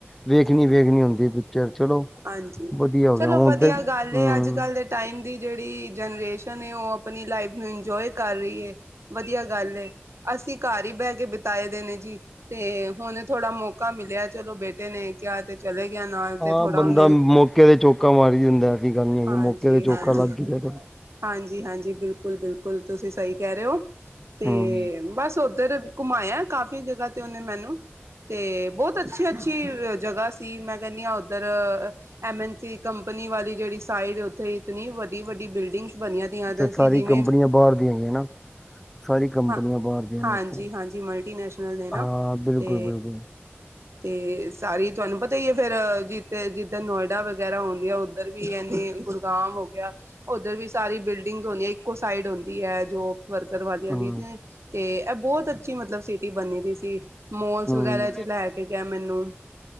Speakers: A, in the centre; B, on the right.
A: ਵੇਖਣੀ-ਵੇਖਣੀ ਹੁੰਦੀ ਪਿਕਚਰ ਚਲੋ।
B: ਹਾਂਜੀ
A: ਵਧੀਆ ਹੋ
B: ਚਲੋ
A: ਗਿਆ ਹੁਣ
B: ਵਧੀਆ
A: ਤੇ
B: ਗੱਲ
A: ਹਮ
B: ਏ ਅੱਜ-ਕੱਲ੍ਹ ਦੇ ਟਾਈਮ ਦੀ ਜਿਹੜੀ ਜਨਰੇਸ਼ਨ ਏ, ਉਹ ਆਪਣੀ ਲਾਈਫ ਨੂੰ ਇੰਜੋਏ ਕਰ ਰਹੀ ਏ। ਵਧੀਆ ਗੱਲ ਏ। ਅਸੀਂ ਘਰ ਹੀ ਬਹਿ ਕੇ ਬਿਤਾਏ ਦਿਨ ਨੇ ਜੀ। ਤੇ ਹੁਣ ਥੋੜਾ ਮੌਕਾ ਮਿਲਿਆ ਚਲੋ ਬੇਟੇ ਨੇ ਕਿਹਾ ਤੇ ਚਲੇ ਗਿਆ ਨਾਲ
A: ਹਾਂ
B: ਤੇ ਥੋੜਾ
A: ਬੰਦਾ
B: ਉਹਨੇ
A: ਮੌਕੇ ਤੇ ਚੌਕਾ ਮਾਰੀ ਜਾਂਦਾ ਐਸੀ ਗੱਲ ਨੀ
B: ਹਾਂਜੀ-ਹਾਂਜੀ
A: ਕਿ ਮੌਕੇ ਤੇ ਚੌਕਾ ਲੱਗ ਗਿਆ।
B: ਹਾਂਜੀ-ਹਾਂਜੀ। ਬਿਲਕੁਲ-ਬਿਲਕੁਲ ਤੁਸੀਂ ਸਹੀ ਕਹਿ ਰਹੇ ਹੋ ਤੇ
A: ਹੂੰ,
B: ਬਸ ਉੱਧਰ ਘੁਮਾਇਆ ਕਾਫ਼ੀ ਜਗ੍ਹਾ ਤੇ ਉਹਨੇ ਮੈਨੂੰ। ਤੇ ਬਹੁਤ ਅੱਛੀ-ਅੱਛੀ ਜਗ੍ਹਾ ਸੀ ਤੇ ਮੈਂ ਕਹਿਣੀ ਹਾਂ ਇਧਰ ਐਮ, ਐਨ, ਸੀ ਕੰਪਨੀ ਵਾਲੀ ਜਿਹੜੀ ਸਾਈਡ ਉੱਥੇ ਇਤਨੀ ਵੱਡੀ-ਵੱਡੀ ਬਿਲਡਿੰਗ ਡਿਸ਼ ਬਣੀਆਂ ਦੀਆਂ
A: ਤੇ
B: ਸੀ।
A: ਸਾਰੀ
B: ਜਿਵੇਂ
A: ਕੰਪਨੀਆਂ ਬਾਹਰ ਦੀਆਂ ਹੈਗੀਆਂ ਨਾ। ਸਾਰੀ ਕੰਪਨੀਆਂ
B: ਹਾਂ,
A: ਬਾਹਰ ਦੀਆਂ
B: ਹਾਂਜੀ-ਹਾਂਜੀ।
A: ਨੇ ਇੱਥੇ
B: ਮਲਟੀਨੈਸ਼ਨਲ ਨੇ ਨਾ
A: ਹਾਂ ਬਿਲਕੁਲ
B: ਤੇ
A: ਬਿਲਕੁਲ
B: ਤੇ ਸਾਰੀ ਤਹਾਨੂੰ ਪਤਾ ਹੀ ਏ ਫਿਰ ਤੇ ਜਿੱਧਰ ਨੋਇਡਾ ਵਗੈਰਾ ਹੁੰਦੀ ਆ ਉੱਧਰ ਵੀ ਇਨੀ ਗੁੜਗਾਮ ਹੋ ਗਿਆ। ਉੱਧਰ ਵੀ ਸਾਰੀ ਬਿਲਡਿੰਗ ਹੁੰਦੀ ਐ ਇੱਕੋ ਸਾਈਡ ਹੁੰਦੀ ਐ ਜੋ ਵਰਕਰ ਵਾਲਿਆਂ
A: ਹੂੰ
B: ਦੀ ਤੇ ਇਹ ਬਹੁਤ ਅੱਛੀ ਮਤਲਬ ਸਿਟੀ ਬਣੀ ਦੀ ਸੀ। ਮੋਲਸ
A: ਹੂੰ।
B: ਵਗੈਰਾ ਚ ਲੈਕੇ ਗਿਆ ਮੈਨੂੰ